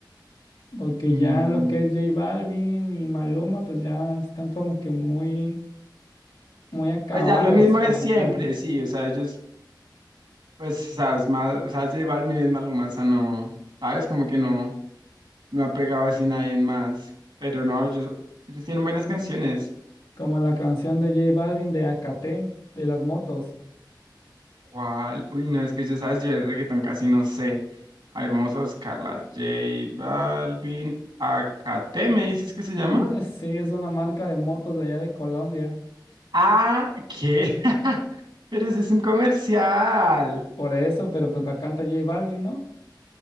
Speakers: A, on the left; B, on the right.
A: Porque
B: Mm,
A: ya lo que es J Balvin y Maluma, pues ya están como que muy, muy acabados
B: pues ya lo mismo
A: para
B: de siempre,
A: acá.
B: sí, o sea, ellos, pues, o sea, es más, o sea, J Balvin es Maluma, o sea, no, ¿sabes? Como que no, no ha pegado así nadie más, pero no, ellos, ellos tienen buenas canciones.
A: Como la canción de J Balvin de AKT, de las motos.
B: ¿Cuál? Uy, no, es que yo sabes, yo el reggaetón casi no sé. A ver, vamos a buscarla. J Balvin, Acate, ¿me dices que se llama?
A: <laughs> Sí, es una marca de motos de allá de Colombia.
B: Ah, ¿qué? <laughs> Pero ese es un comercial.
A: Por eso, pero pues la canta J Balvin, ¿no?